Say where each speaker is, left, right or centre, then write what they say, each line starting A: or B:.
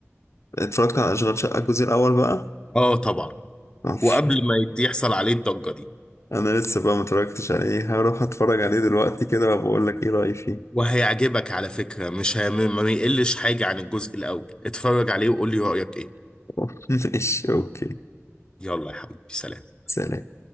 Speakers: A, on the left; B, on the left.
A: اتفرجت على أشغال شقة الجزء الأول بقى
B: اه طبعا
A: معرفش.
B: وقبل ما يت- يحصل عليه الضجة دي
A: أنا لسه بقى متفرجتش عليه هروح أتفرج عليه دلوقتي كده وبقول لك إيه رأيي فيه
B: وهيعجبك على فكرة مش هي... ما يقلش حاجة عن الجزء الأول اتفرج عليه وقول لي رأيك ايه
A: <laughs> ماشي أوكي
B: يلا يا حبيبي سلام
A: سلام